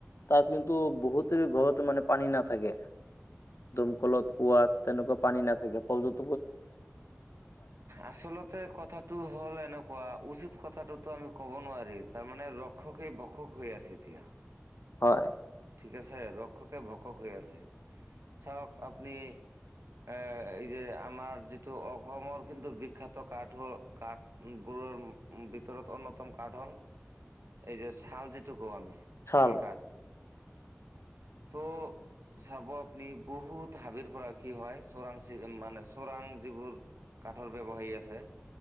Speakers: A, on the left (about 70°); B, on the right (about 75°).
A: তাত কিন্তু বহুতে ঘৰত মানে পানী নাথাকে। দমকলত, কুঁৱাত তেনেকুৱা পানী নাথাকে প্ৰযুক্তি
B: আচলতে কথাটো হল এনেকুৱা উচিত কথাটোতো আমি ক'ব নোৱাৰি, তাৰমানে ৰক্ষকেই ভক্ষক হৈ আছে এতিয়া।
A: হয়।
B: ঠিক আছে ৰক্ষকে ভক্ষক হৈ আছে। চাওক আপনি এ এই যে আমাৰ যিটো অসমৰ কিন্তু বিখ্যাত কাঠ কাঠবোৰ ৰম ভিতৰত অন্যতম কাঠ হল এই যে ছাল যিটো কওঁ আমি
A: চাল
B: চালকাট।
A: <unintelligible>
B: ত চাব আপুনি বহুত হাবিৰ পৰা কি হয়, চোৰাং চি মানে চোৰাং যিবোৰ কাঠৰ ব্যৱসায় আছে,